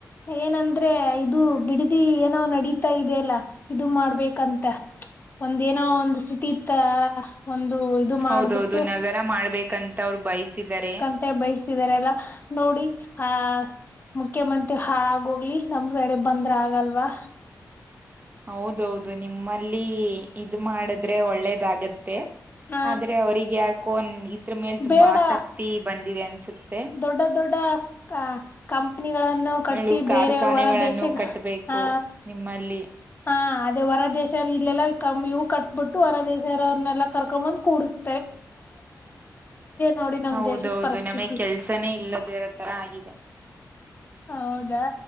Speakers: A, on the left; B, on the right.
A: ಏನಂದ್ರೆ ಇದು ಬಿಡದಿ ಏನೋ ನಡೀತಾ ಇದೆಯಲ್ಲ ಇದು ಮಾಡ್ಬೇಕಂತ ಒಂದ ಏನೋ ಒಂದು ಸಿಟಿ ತರ ಒಂದು ಇದು
B: ಹೌದಹೌದು
A: ಮಾಡ್ಬಿಟ್ಟು
B: ನಗರ ಮಾಡ್ಬೇಕಂತ ಅವ್ರು ಬಯಸಿದ್ದಾರೆ.
A: ಮತ್ತೆ ಬಯಸ್ತಿದಿದ್ದಾರಲ್ಲ ನೋಡಿ ಆ ಮುಖ್ಯಮಂತ್ರಿ ಹಾಳಾಗೋಗ್ಲಿ. ನಮ್ ಸೈಡೇ ಬಂದ್ರ ಆಗಲ್ವಾ?
B: ಹೌದಹೌದು ನಿಮ್ಮಲ್ಲಿ ಇದ ಮಾಡಿದ್ರೆ ಒಳ್ಳೇದಾಗತ್ತೆ.
A: ಹ
B: ಆದ್ರೆ ಅವ್ರಿಗೆ ಯಾಕೋ ಇದ್ರ ಮೇಲ್ ತುಂಬಾ
A: ಬೇಡ
B: ಆಸಕ್ತಿ ಬಂದಿದೆ ಅನ್ಸುತ್ತೆ.
A: ದೊಡ್ಡ ದೊಡ್ಡ ಕಾ ಕಂಪನಿಗಳನ್ನು ಕಟ್ಟಿ
B: ಹೇಳು ಕಾರ್ಖಾನೆಗಳನ್ನು
A: ಬೇರೆ ಹೊರ ದೇಶ
B: ಕಟ್ಬೇಕು
A: ಹಾ
B: ನಿಮ್ಮಲ್ಲಿ
A: ಹಾ ಅದೇ ಹೊರ ದೇಶವ ಇಲ್ಲೆಲ್ಲಾ ಕಂ ಇವು ಕಟ್ಬಿಟ್ಟು ಹೊರ ದೇಶವ್ರನೆಲ್ಲ ಕರ್ಕೊಂಬಂದ್ ಕೂಡಸ್ತ ನೋಡಿ ನಮ್
B: ಹೌದೌದು
A: ದೇಶದ ಪರಿಸ್ಥಿತಿ
B: ನಮಗ್ ಕೆಲ್ಸನೇ ಇಲ್ಲದೇ ಇರ ತರ ಆಗಿದೆ.
A: ಹೌದಾ.